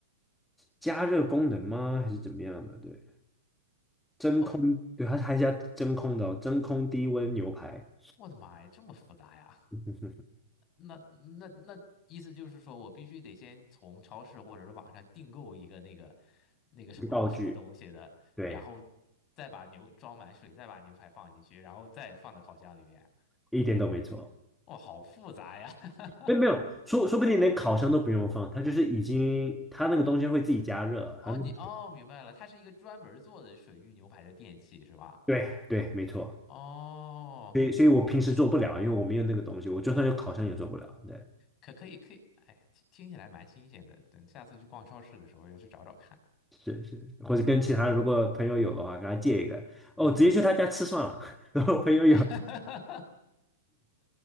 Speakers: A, in the centre; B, on the left.
A: 加热功能吗？还是怎么样的？对，真空，
B: 哦不，
A: 对，它还是要真空的哦，真空低温牛排，
B: 我的妈呀，这么复杂呀？
A: <laughs>
B: 那那那意思就是说我必须得先从超市或者是网上订购一个那个那个什么什么东西的，
A: 一个道具，对，
B: 然后再把牛装满水，再把牛排放进去，然后再放到烤箱里面。
A: 一点都没错。
B: 哇，好复杂呀！<laughs>
A: 哎，没有，说说不定连烤箱都不用放，它就是已经，它那个东西会自己加热，
B: 哦，
A: 它那个。
B: 你哦，明白了，它是一个专门做的水域牛排的电器是吧？
A: 对对，没错。
B: 哦，
A: 所以，所以我平时做不了，因为我没有那个东西。我就算有烤箱也做不了。对，
B: 可可以可以，哎，听听起来蛮新鲜的。等下次去逛超市的时候，要去找找看。
A: 是是，或者跟其他如果朋友有的话，跟他借一个。哦，
B: 嗯，
A: 直接去他家吃算了。<laughs> 然后朋友有，
B: <laughs>